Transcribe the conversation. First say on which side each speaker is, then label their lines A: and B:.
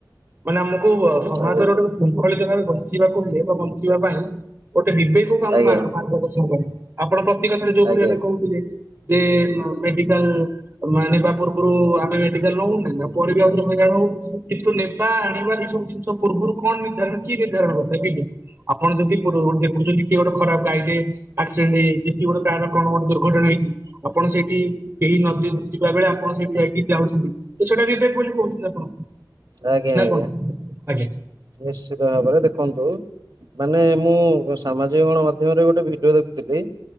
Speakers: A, on the right (about 35°); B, on the right (about 55°).
A: ମାନେ ଆମକୁ ସମାଜର
B: ଆଜ୍ଞା
A: ଗୋଟେ ଶୃଙ୍ଖଳିତ ଭାବେ ବଞ୍ଚିବାକୁ ହୁଏ ବା ବଞ୍ଚିବା ପାଇଁ ଗୋଟେ ବିବେକ ବିବେକ ଆମ
B: ଆଜ୍ଞା
A: କୁ ଆଗ ପଛ କରେ। ଆପଣ ପ୍ରତି କଥାରେ ଯୋଉ ଭଳି
B: ଆଜ୍ଞା
A: ଭାବେ କହୁଥିଲେ ଯେ ମେଡିକାଲ ତମେ ଆଣିବା ପୂର୍ବରୁ ଆମେ ମେଡିକାଲ ନୋଉ ତା ପରେ ବି ଆଉଥରେ ହଇରାଣ ହୋଉ କିନ୍ତୁ ନେବା ଆଣିବା ଏ ସବୁ ଜିନିଷ ପୂର୍ବରୁ କଣ ନିର୍ଧାରଣ କିଏ ନିର୍ଦ୍ଧାରଣ କରିଥାଏ ବିବେକ ଆପଣ ଯଦି ପୂର୍ବରୁ ଦେଖୁଛନ୍ତି କିଏ ଗୋଟେ ଖରାପ ଗାଇ ଟେ ଆକ୍ସିଡେଣ୍ଟେ ହେଇଯାଇଛି କି ଗୋଟେ କାହାର କଣ ଗୋଟ ଦୁର୍ଘଟଣା ହେଇଛି। ଆପଣ ସେଇଠି କେହି ନ ଯିବା ବେଳେ ଆପଣ ସେଇଠି ଯାଇକି ଯାଉଛନ୍ତି ତ ସେଇଟା ବିବେକ ବୋଲି କହୁଛନ୍ତି ଆପଣ।
B: ଆଜ୍ଞା
A: ନା
B: ଆଜ୍ଞା।
A: କଣ ଆଜ୍ଞା।
B: ନିଶ୍ଚିତ ଭାବରେ ଦେଖନ୍ତୁ ମାନେ ମୁଁ ସାମାଜିକ ଗଣ ମାଧ୍ୟମରେ ଗୋଟେ ଭିଡିଓ ଦେଖୁଥିଲି।